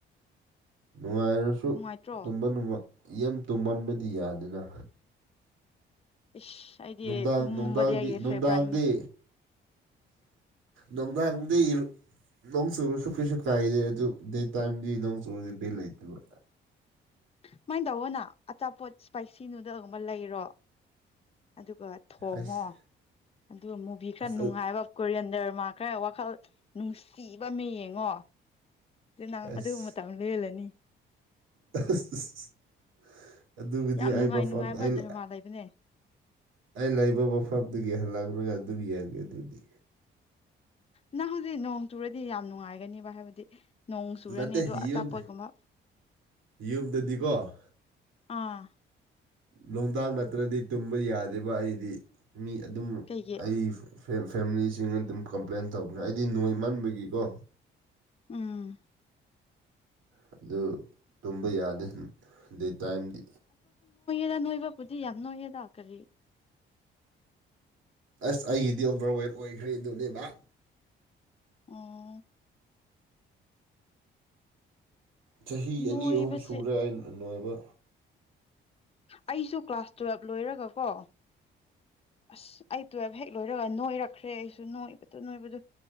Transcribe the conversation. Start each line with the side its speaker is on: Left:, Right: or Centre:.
Right: ꯅꯨꯡꯉꯥꯏꯔꯁꯨ
Left: ꯅꯨꯡꯉꯥꯏꯇ꯭ꯔꯣ
Right: ꯇꯨꯝꯕ ꯌꯥꯝ ꯇꯨꯝꯃꯟꯕꯗꯤ ꯌꯥꯗꯅ
Left: ꯏꯁ ꯑꯩꯗꯤ
Right: ꯅꯨꯡꯗꯥꯡ
Left: ꯇꯨꯝꯕꯗꯤ
Right: ꯅꯨꯡꯗꯥꯡꯗꯤ
Left: ꯑꯩꯒꯤ
Right: ꯅꯨꯡꯗꯥꯡꯗꯤ
Left: ꯐꯦꯚꯣꯔꯥꯏꯠꯅꯦ
Right: ꯅꯣꯡꯗꯥꯪꯗꯤꯔ ꯅꯣꯡ ꯆꯨꯔꯁꯨ ꯀꯩꯁꯨ ꯀꯥꯏꯗꯦ ꯑꯗꯨ ꯗꯩ ꯇꯥꯏꯝꯗꯤ ꯅꯣꯡ ꯆꯨꯔꯗꯤ ꯕꯦꯜ ꯂꯩꯇꯕ
Left: ꯁꯨꯃꯥꯏꯅ ꯇꯧꯕꯅ ꯑꯆꯥꯄꯣꯠ ꯏꯁꯄꯥꯏꯁꯤꯅꯅꯨꯡꯗꯒꯨꯝꯕ ꯂꯩꯔꯣ ꯑꯗꯨꯒ ꯊꯣꯡꯉꯣ
Right: ꯑꯁ
Left: ꯑꯗꯨꯒ ꯃꯨꯚꯤ ꯈꯔ
Right: ꯑꯁ
Left: ꯅꯨꯡꯉꯥꯏꯕ ꯀꯣꯔꯤꯌꯟꯗꯔꯃ ꯈꯔ ꯋꯥꯈꯜ ꯅꯨꯡꯁꯤꯕ ꯑꯃ ꯌꯦꯡꯉꯣ ꯅꯥꯡ
Right: ꯑꯁ
Left: ꯑꯗꯨꯒꯨꯝꯕ ꯃꯇꯝ ꯂꯦꯜꯂꯅꯤ
Right: ꯑꯁ ꯑꯗꯨꯒꯤꯗꯤ
Left: ꯌꯥꯝ
Right: ꯑꯩ
Left: ꯅꯨꯡꯉꯥꯏ
Right: ꯃꯐꯝ
Left: ꯅꯨꯡꯉꯥꯏꯕ
Right: ꯑꯩ
Left: ꯙꯔꯃꯥ ꯂꯩꯕꯅꯦ
Right: ꯑꯩ ꯂꯩꯕ ꯃꯐꯝꯗꯒꯤ ꯍꯜꯂꯛꯂꯒ ꯑꯗꯨꯝ ꯌꯦꯡꯉꯦ ꯑꯗꯨꯗꯤ
Left: ꯅꯪ ꯍꯧꯖꯤꯛ ꯅꯣꯡ ꯇꯨꯔꯗꯤ ꯌꯥꯝ ꯅꯨꯡꯉꯥꯏꯒꯅꯦꯕ ꯍꯥꯏꯕꯗꯤ ꯅꯣꯡ ꯆꯨꯔꯅꯤ
Right: ꯅꯠꯇꯦ
Left: ꯑꯗꯣ ꯑꯆꯥꯄꯣꯠꯒꯨꯝꯕ
Right: ꯌꯨꯝ ꯌꯨꯝꯗꯗꯤꯀꯣ
Left: ꯑꯥ
Right: ꯅꯨꯡꯗꯥꯡ ꯅꯠꯇ꯭ꯔꯗꯤ ꯇꯨꯝꯕ ꯌꯥꯗꯕ ꯑꯩꯗꯤ ꯃꯤ ꯑꯗꯨꯝ
Left: ꯀꯩꯒꯤ
Right: ꯑꯩ ꯐꯦꯃꯤꯂꯤꯁꯤꯡꯅ ꯑꯗꯨꯝ ꯀꯝꯄ꯭ꯂꯦꯟ ꯇꯧꯕꯅꯦ ꯑꯩꯗꯤ ꯅꯣꯏ ꯃꯟꯕꯒꯤꯀꯣ
Left: ꯎꯝ
Right: ꯑꯗꯨ ꯇꯨꯝꯕ ꯌꯥꯗꯦ ꯑꯩ ꯇꯥꯏꯝꯗꯤ
Left: ꯍꯖ ꯅꯣꯏꯕꯕꯨꯗꯤ ꯌꯥꯝ ꯅꯣꯏꯌꯦꯦꯗꯥꯛ ꯀꯔꯤ
Right: ꯑꯁ ꯑꯩꯒꯤꯗꯤ ꯑꯣꯚꯔꯋꯦꯠ ꯑꯣꯏꯈ꯭ꯔꯦ ꯑꯗꯨꯅꯦꯕ
Left: ꯑꯣ
Right: ꯆꯍꯤ
Left: ꯅꯣꯏꯕꯁꯦ
Right: ꯑꯅꯤ ꯑꯍꯨꯝ ꯁꯨꯔꯦ ꯅꯣꯏꯕ
Left: ꯑꯩꯁꯨ ꯀ꯭ꯂꯥꯁ ꯇꯨꯋꯦꯜꯕ ꯂꯣꯏꯔꯒ ꯀꯣ ꯑꯁ ꯑꯩ ꯇꯨꯋꯜꯕ ꯍꯦꯛ ꯂꯣꯏꯔꯒ ꯅꯣꯏꯔꯛꯈ꯭ꯔꯦ ꯑꯩꯁꯨ ꯅꯣꯛꯏꯕꯗꯨ ꯅꯣꯏꯕꯗ